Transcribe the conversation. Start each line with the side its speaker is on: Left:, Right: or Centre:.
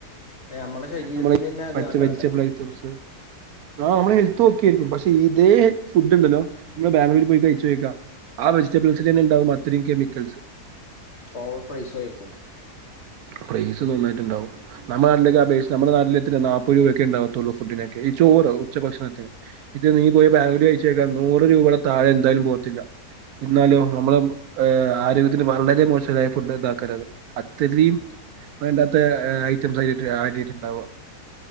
Left: നമ്മളെ ശരീരത്തിന്
Right: നമ്മളെ
Left: തന്നെ അത്
Right: പച്ച
Left: നല്ലതാക്കരം
Right: വെജിറ്റബിൾ ഐറ്റംസ് ആഹ് നമ്മളെ ഹെൽത്ത് ഓക്കെ ആയിരിക്കും പക്ഷെ ഇതേ ഫുഡ് ഉണ്ടല്ലോ നമ്മള് ബാംഗ്ലൂര് പോയി കഴിച്ചോക്കാ ആ വെജിറ്റബിൾസില് തന്നെ ഉണ്ടാവും അത്രയും കെമിക്കൽസ്
Left: ഓവർ പ്രൈസും ആയിരിക്കും
Right: പ്രൈസ് നന്നായിട്ട് ഉണ്ടാവും നമ്മളെ നാട്ടിലൊക്കെ പ്രൈസ് നമ്മള നാട്ടിലെത്ര നാല്പ്പത് രൂപൊക്കെ ഇണ്ടാവത്തുള്ളൂ ഫുഡ്ഡിനൊക്കെ, ഈ ചോറ് ഉച്ച ഭക്ഷണത്തിന്. ഇത് നീ പോയി ബാംഗ്ലൂര് കഴിച്ചോക്ക്, നൂറ് രൂപയുടെ താഴെ എന്തായാലും പോകത്തില്ല. ഇന്നാലോ നമ്മളെ ഏഹ് ആരോഗ്യത്തിന് വളരെ മോശായ ഫുഡ്ഡ് ഇതാക്കരത്. അത്തരീം വേണ്ടാത്ത ഐറ്റംസ് അയിലിട്ട് ആഡെയ്ത്ട്ട്ണ്ടാവാ.